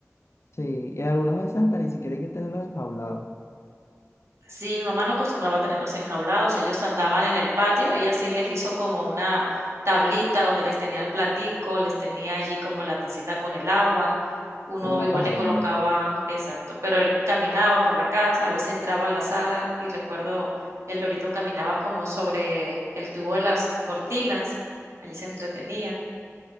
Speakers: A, on the left; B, on the right.
A: Sí, y algunas veces hasta ni siquiera hay que tenerlos enjaulados,
B: Sí, mi mamá no acostumbraba a tenerlos enjaulados, ellos andaban en el patio, ella sí les hizo como una tablita donde les tenía el platico, les tenía allí como la tacita con el agua, uno
A: como una
B: igual
A: pajarera.
B: le colocaba, exacto, pero él caminaba por la casa, a veces entraba a la sala y recuerdo el lorito caminaba como sobre el tubo de las cortinas, allí se entretenía.